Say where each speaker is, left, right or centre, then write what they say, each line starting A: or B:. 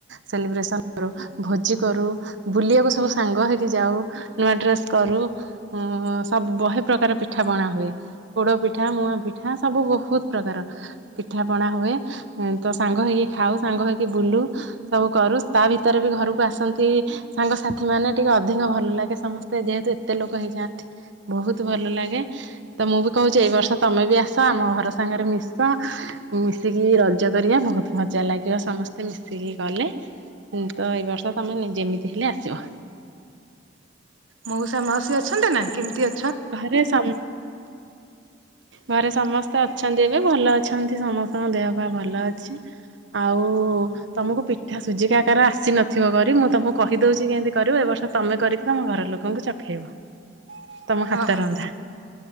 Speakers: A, on the right; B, on the right.
A: ସେଲିବ୍ରେସନ କରୁ, ଭୋଜି କରୁ ବୁଲିବାକୁ ସବୁ ସାଙ୍ଗ ହେଇକି ଯାଉ। ନୂଆ ଡ୍ରେସ୍ କରୁ ଉଁ ସବ୍ ବହେ ପ୍ରକାର ପିଠା ପଣା ହୁଏ ପୋଡ ପିଠା ମୁଆଁ ପିଠା ସବୁ ବୋହୁତ ପ୍ରକାର। ପିଠାପଣା ହୁଏ, ଏ ତ ସାଙ୍ଗ ହେଇକି ଖାଉ ସାଙ୍ଗ ହେଇକି ବୁଲୁ। ସବୁ କରୁ ତା ଭିତରେ ବି ଘରକୁ ଆସନ୍ତି। ସାଙ୍ଗ ସାଥି ମାନେ ଟିକେ ଅଧିକ ଭଲ ଲାଗେ ସମସ୍ତେ ଯେହେତୁ ଏତେ ଲୋକ ହେଇଯାଆନ୍ତି। ବହୁତ ଭଲ ଲାଗେ ତ ମୁଁ ବି କହୁଛି ଏଇ ବର୍ଷ ତମେ ବି ଆସ ଆମ ଘର ସାଙ୍ଗରେ ମିଶ ମିଶିକି ରଜ କରିବା ବହୁତ ମଜା ଲାଗିବ ସମସ୍ତେ ମିଶିକି କଲେ। ତ ଏଇ ବର୍ଷ ତମେ ନି ଯେମିତି ହେଲେ ଆସିବ।
B: ମଉସା ମାଉସୀ ଅଛନ୍ତି ନା କେମତି ଅ
A: ଘରେ ସମ୍ ଘରେ ସମସ୍ତେ ଅଛନ୍ତି ଏବେ ଭଲ ଅଛନ୍ତି ସମସ୍ତଙ୍କ ଦେହ ପା ଭଲ ଅଛି। ଆଉ ତମକୁ ପିଠା ସୁଝି କାକାରା ଆସି ନଥିବ କରି ମୁଁ ତମକୁ କହିଦଉଛି କେମିତି କରିବ, ଏ ବର୍ଷ ତମେ କରିକି ତମ ଘର ଲୋକ କଙ୍କୁ ଚଖେଇବ ତମ ହାତରନ୍ଧା।
B: ହଁ ହଁ